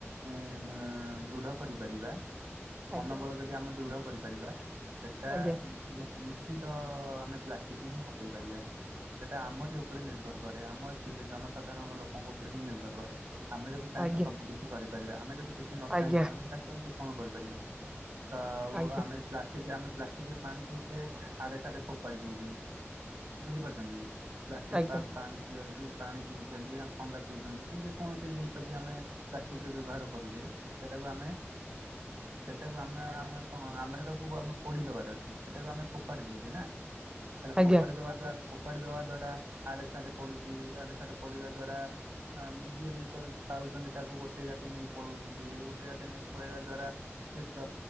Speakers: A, on the right; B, on the right.
A: ଏ - ମେ -ଦୃଢ କରିପାରିବା। ମନୋବଳ
B: ଆଜ୍ଞା
A: ଯଦି ଆମେ ଦୃଢ କରିପାରିବା ସେଟା
B: ଆଜ୍ଞା।
A: ନିସ୍ ନିସ ନିଶ୍ଚନ୍ତ ଆମେ ପ୍ଲାଷ୍ଟିକି ହିଁ ହଟେଇ ପାରିବା। ସେଇଟା ଆମରି ଉପରେ ନିର୍ଭର କରେ। ଆମ ଏ ପିଲ ଜନ ସାଧାରଣ ଲୋକଙ୍କ ଉପରେ ହିଁ ନିର୍ଭର କରେ ଆମେ ଯଦି ଚାହିଁବା
B: ଆଜ୍ଞା
A: ସବୁ କିଛି କରିପାରିବା ଆମେ ଯଦି କି କି ନ
B: ଆଜ୍ଞା
A: ଚାହିଁବା ଆମେ ସେଟା କେମିତି କଣ କରିପାରିବା ତ ଆଉ
B: ଆଜ୍ଞା
A: ଆମେ ପ୍ଲାଷ୍ଟିକ ଆମେ ପ୍ଲାଷ୍ଟିକ ରେ ପାଣି ପିଉଛେ ଆଡେ ସାଡେ ଫୋପାଡି ଦଉଛେ ବୁଝିପାରୁଛେ। ଛନ୍ତି ପ୍ଲାଷ୍ଟିକି
B: ଆଜ୍ଞା
A: ପା
B: ଆଜ୍ଞା
A: ପାଣି। ପିଇକି ପାଣି ପିଉଛନ୍ତି ଆମେ ଥଣ୍ଡା ପିଉଛନ୍ତି କି ଯେ କୌଣସି ଜିନିଷ ବି ଆମେ ପ୍ଲାଷ୍ଟିକିର ବ୍ୟବହାର କରୁଛେ ସେଟାକୁ ଆମେ ସେଟାକୁ ଆମେ ଆମେ କଣ ଆମେ ସେଟାକୁ ଆମେ ପୋଡିଦବାର ଅଛି ସେଟାକୁ ଆମେ ଫୋପାଡ଼ି ଦଉଛେ ନା। ହେଲେ
B: ଆଜ୍ଞା
A: ଫୋପାଡ଼ି ଦବା ଦ୍ବାରା ଫୋପାଡ଼ି ଦବା ଦ୍ଵାରା ଆଡେ ସଡେ ପଡୁଛି ଆଡେ ସା ପଡିବା ଦ୍ଵାରା ଆମେ ଯିଏ ବି ପାଉ ପାଉଚନ୍ତି ତାକୁ ଗୋଟେ ଗୋଟେଇ ଗାଟେଇ ନେଇ ପଳଉଛନ୍ତି ଗୋଟେଇ ଗାଟେଇ ନେଇ ପଳେଇବା ଦ୍ଵାରା ସେ ତ